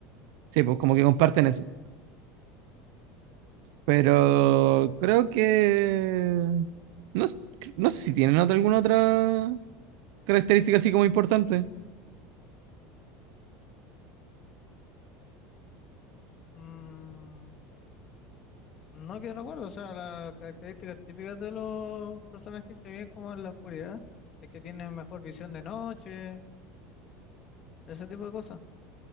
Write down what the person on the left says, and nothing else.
Mm, no que recuerdo, o sea, las características típicas de los personajes que viven como en la oscuridad es que tienen mejor visión de noche, ese tipo de cosas.